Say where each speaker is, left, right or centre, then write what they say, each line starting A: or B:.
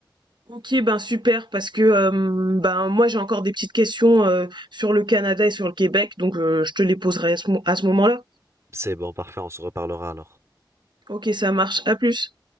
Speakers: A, on the right; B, on the right.
A: OK, ben super parce que, hem, ben, moi j'ai encore des petites questions, heu, sur le Canada et sur le Québec donc, heu, je te les poserai à ce mo à ce moment-là.
B: C'est bon, parfait, on se reparlera alors.
A: OK, ça marche. À plus.